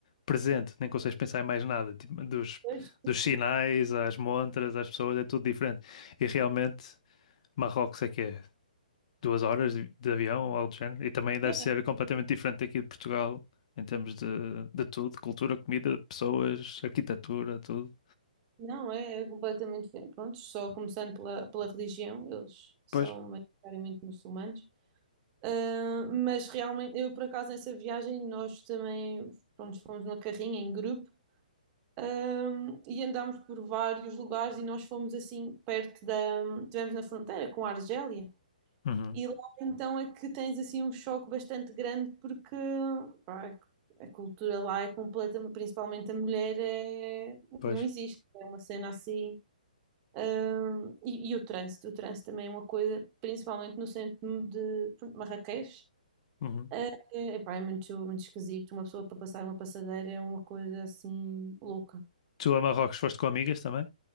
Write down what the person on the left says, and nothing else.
presente, nem consegues pensar em mais nada, tipo, dos,
dos sinais,
às montras, às pessoas, é tudo diferente. E realmente, Marrocos é que é. duas horas de, de avião ou algo do género. E também deve
ser completamente diferente aqui de Portugal, em termos de, de tudo, cultura, comida, pessoas, arquitetura, tudo.
Pois.
Uhum.
Pois.
Uhum.
Tu a Marrocos foste com amigas também?